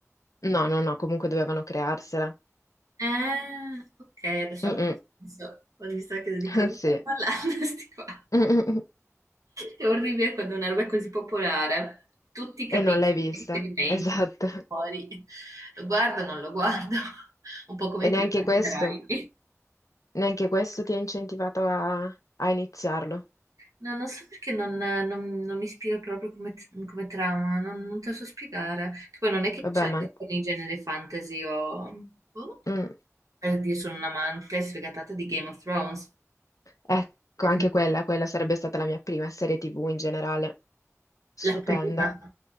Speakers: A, on the left; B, on the right.
A: No, no, no, comunque dovevano crearsela.
B: Eh, ok, adesso
A: Mm-mm.
B: ha più senso. Ho visto che di
A: <laughs>
B: cosa
A: Sì.
B: sto parlando, <laughs> sti qua.
A: Mm-mm.
B: È orribile quando una roba è così popolare. Tutti capiscono
A: E non l'hai vista.
B: i riferimenti
A: Esatto.
B: fuori. Lo guardo, non lo guardo. <laughs> Un po' come
A: E
B: i
A: neanche
B: pirati
A: questo,
B: dei Caraibi.
A: neanche questo ti ha incentivato a, a iniziarlo.
B: No, non so perché non, non- non mi ispira proprio come, come trama, non, non te lo so spiegare. Che Poi non è che
A: Vabbè,
B: c'è
A: ma...
B: con i generi fantasy o... boh.
A: mm.
B: Per dire, sono un'amante sfegatata di Game of Thrones.
A: Ecco,
B: Non è
A: anche
B: che mi-
A: quella, quella sarebbe stata la mia prima serie TV in generale. Stupenda.
B: La prima.